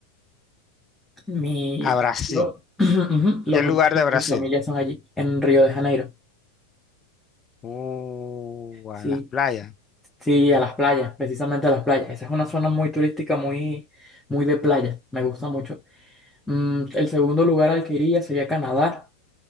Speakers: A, in the centre; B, on the left.
A: Mi,
B: A Brasil.
A: lo- <clears throat> ujú, los
B: ¿Qué
A: orígenes
B: lugar de Brasil?
A: de mi familia son allí, en Río de Janeiro.
B: Uh,
A: Sí,
B: en las playas.
A: sí, a las playas, precisamente a las playas. Esa es una zona muy turística, muy, muy de playa. Me gusta mucho. Mm, el segundo lugar al que iría sería Canadá.